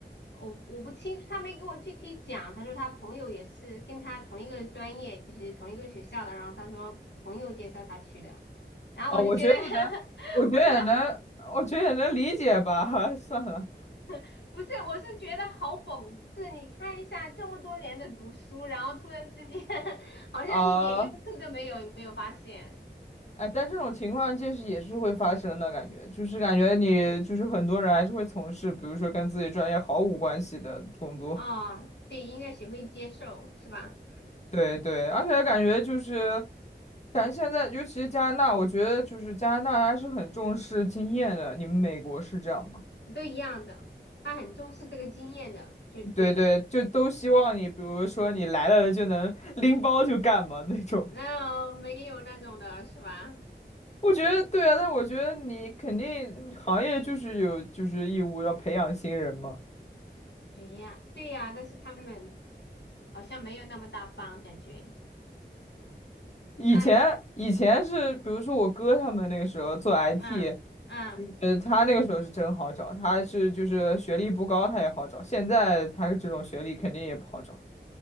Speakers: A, on the left; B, on the left.
A: 我我不清楚，他没给我具体讲。他说他朋友也是跟他同一个专业，就是同一个学校的。然后他说朋友介绍他去的，然后我就觉得，
B: 啊、我觉得也能，
A: <laughs>
B: 我觉得也能，
A: 我觉得
B: 我觉得也能理解吧。<laughs> 算了
A: <laughs> 不是，我是觉得好讽刺。你看一下这么多年的读书，然后突然之间 <laughs> 好像一点用处都没有，
B: 啊，
A: 有没有发现？
B: 哎，但这种情况就是也是会发生的感觉，就是感觉你就是很多人还是会从事，比如说跟自己专业毫无关系的工作。
A: 哦，对，应该学会接受，是吧？
B: 对对，而且感觉就是，感觉现在尤其是加拿大，我觉得就是加拿大还是很重视经验的。你们美国是这样吗？
A: 都一样的，他很重视这个经验的，就对的。
B: 对对，就都希望你，比如说你来了就能拎包就干嘛那种。
A: 那没有那种的是吧？
B: 我觉得对啊，但我觉得你肯定行业就是有就是义务要培养新人嘛。
A: 对呀，对呀，但是他们好像没有那么大方，感觉，
B: 以前以前是，
A: 哎，
B: 比如说我哥他们那个时候做 IT，
A: 嗯嗯，
B: 呃，他那个时候是真好找，他是就是学历不高他也好找，现在他这种学历肯定也不好找。